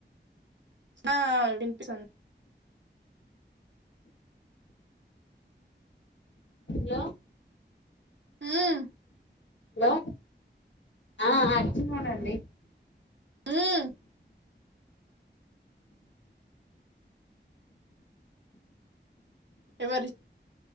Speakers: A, on the right (about 75°); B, on the left (about 75°).
A: ఆ విన్పిస్సాం
B: లో
A: హ్మ్.
B: లా ఆ అ అర్చిమోడండి.
A: హ్మ్. ఎవరి